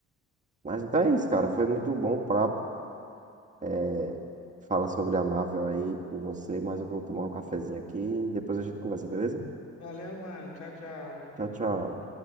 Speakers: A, on the right; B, on the left.
A: Mas então é isso, cara. Foi muito bom o papo. É, fala sobre a Marvel aí com você, mas eu vou tomar um cafezinho aqui e depois a gente conversa, beleza?
B: Valeu, mano. Tchau, tchau.
A: Tchau, tchau.